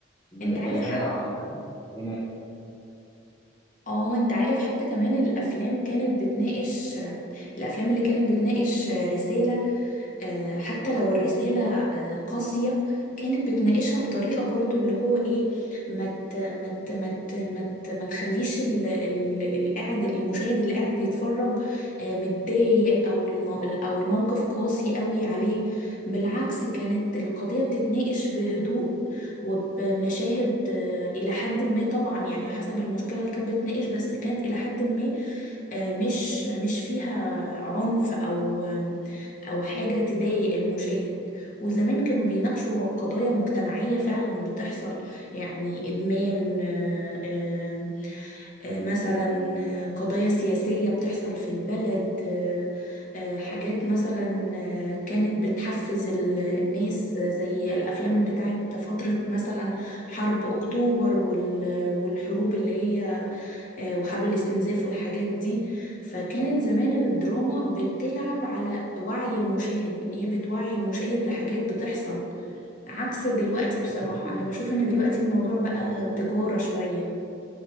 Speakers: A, on the left; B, on the left.
A: بقى
B: انت عارف
A: نادر
B: حتى
A: عامه في
B: اه انت عارف حتى كمان الافلام كانت بتناقش الافلام اللي كانت بتناقش رسالة آه، حتى لو الرسالة آه، قاسية كانت بتناقشها بطريقة برضو اللي هو ايه ما ت- ما ت- ما ت- ما ت- ما تخليش ال- ال- القاعد المشاهد اللي قاعد بيتفرج آه، متضايق او المو او الموقف قاسي قوي عليه بالعكس كانت القضية بتتناقش بهدوء وبمشاهد آه، الى حد ما طبعا يعني حسب المشكلة اللي كانت بتناقش بس كانت الى حد ما آه، مش مش فيها عنف او أو حاجة تضايق المشاهد وزمان كانوا بيناقشوا قضايا مجتمعية فعلا بتحصل يعني إدمان آه، آه، آه، مثلا آه، قضايا سياسية بتحصل في البلد آه، آه، حاجات مثلا آه، كانت بتحفز ال- الناس آه، زي الأفلام بتاعت فترة مثلا حرب أكتوبر وال- والحروب اللي هي آه، وحرب الاستنزاف والحاجات دي فكانت زمان الدراما بتلعب على وعي المشاهد ان هي بتوعي المشاهد لحاجات بتحصل عكس دلوقتي بصراحة
A: السينمات.
B: انا بشوف ان دلوقتي الموضوع بقى تجارة شوية